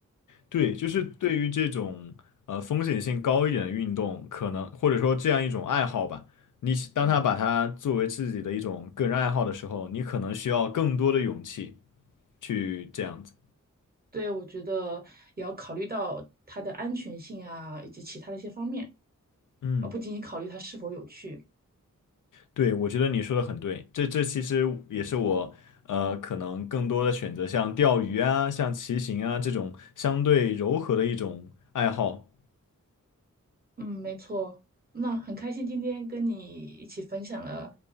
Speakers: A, on the left (about 70°); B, on the right (about 30°).
A: 对，就是对于这种呃风险性高一点的运动，可能或者说这样一种爱好吧，你当他把它作为自己的一种个人爱好的时候，你可能需要更多的勇气去这样子。
B: 对，我觉得也要考虑到它的安全性啊，以及其他的一些方面，
A: 嗯。
B: 而不仅仅考虑它是否有趣。
A: 对，我觉得你说的很对，这这其实也是我呃可能更多的选择，像钓鱼啊、像骑行啊这种相对柔和的一种爱好。
B: 嗯，没错。那很开心今天跟你一起分享了，